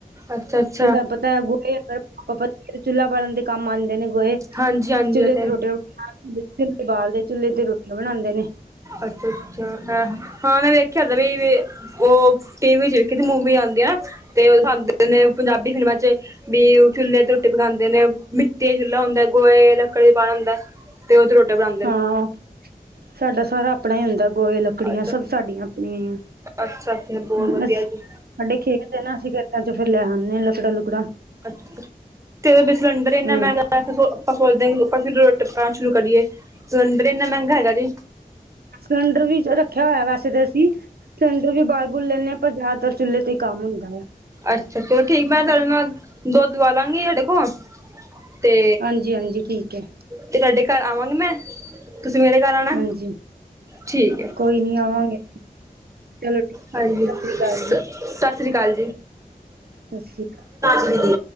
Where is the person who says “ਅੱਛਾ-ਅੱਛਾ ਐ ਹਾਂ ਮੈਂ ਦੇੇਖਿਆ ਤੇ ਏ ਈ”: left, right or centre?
Right